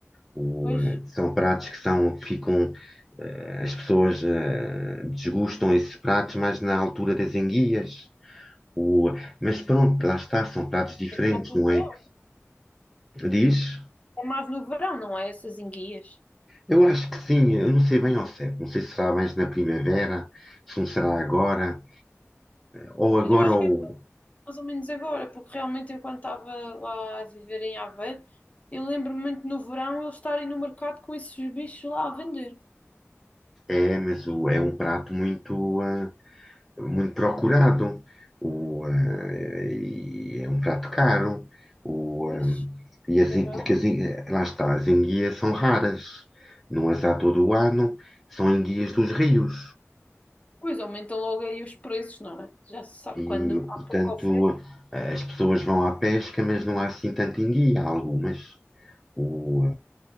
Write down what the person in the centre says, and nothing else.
O,
eh, são pratos que são, que ficam, eh, as pessoas eh, desgustam esses pratos mais na altura das enguias. O... Mas pronto, lá está, são pratos diferentes,
não
é? Diz?
Eu acho que sim, eu não sei bem ao certo. Não sei se será mais na primavera, se não será agora, ou agora
ou.
É, mas o... é um prato muito, ah, muito procurado. O, ah, e é um prato caro. O,
ah, e as, en-
porque as, en- lá está, as enguias são raras. Não as há todo o ano, são enguias dos rios.
E,
portanto,
eh, as pessoas vão à pesca, mas não há assim tanta enguia, há algumas. O,